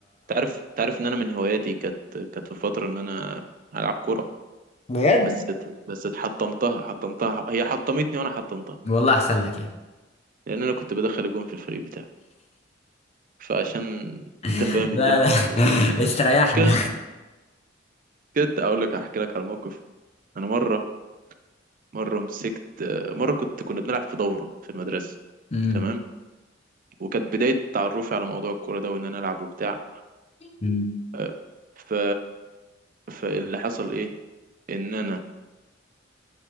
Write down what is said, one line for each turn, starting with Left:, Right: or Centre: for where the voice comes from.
Right: تعرف تعرف ان انا من هواياتي كانت كانت في فترة ان انا العب كورة
Left: بجد
Right: بس بس اتحطمتها حطمتها هي حطمتني وانا حطمتها
Left: والله احسن لك يعني
Right: لان انا كنت بدخل الجون في الفريق بتاعي فعشان <laughs>
Left: <laughs>
Right: انت فاهم
Left: لا
Right: الدنيا
Left: لا
Right: ماشية ازاي
Left: <laughs> استريحنا
Right: مش كده كده اقول لك احكي لك على موقف انا مرة مرة مسكت مرة كنت كنا بنلعب في دورة في المدرسة
Left: أمم.
Right: تمام وكانت بداية تعرفي على موضوع الكورة ده وإن أنا ألعب وبتاع
Left: أمم.
Right: آه، ف... فاللي حصل إيه إن أنا